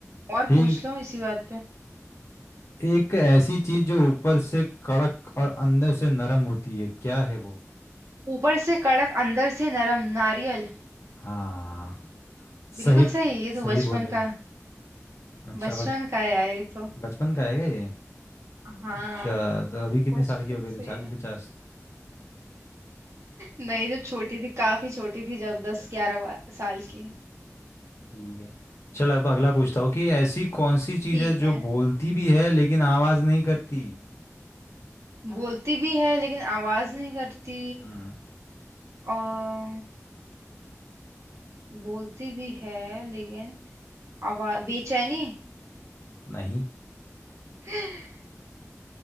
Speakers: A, on the right; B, on the left.
A: और
B: ठीक
A: पूछ लो इसी बात पे
B: एक ऐसी चीज जो ऊपर से कड़क और अंदर से नरम होती है क्या है वो
A: ऊपर से कड़क अंदर से नरम नारियल
B: हाँ
A: बिल्कुल
B: सही
A: सही ये
B: सही
A: तो बचपन
B: बोले
A: का
B: अच्छा
A: बचपन
B: बच
A: का है यार ये तो
B: बचपन का है क्या ये
A: हाँ
B: अच्छा तो
A: <laughs>
B: अभी कितने
A: बचपन
B: साल की हो गई तो
A: से
B: चालीस पचास
A: नहीं जब छोटी थी काफी छोटी थी जब
B: अच्छा
A: दस ग्यारह साल की
B: ठीक है चल अब अगला पूछता हूँ कि ऐसी कौन सी चीज
A: ठीक
B: है
A: है
B: जो बोलती भी है लेकिन आवाज नहीं करती
A: बोलती भी है लेकिन आवाज नहीं करती
B: हम्म
A: और बोलती भी है लेकिन आवाज बेचैनी
B: नहीं
A: <laughs>